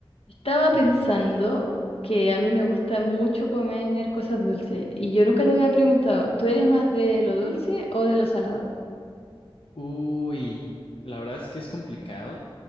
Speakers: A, on the left (about 85°); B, on the left (about 65°).
A: Estaba pensando que a mí me gusta mucho comer cosas dulces y yo nunca te había preguntado, ¿tú eres más de lo dulce o de lo salado?
B: Uy, la verdad es que es complicado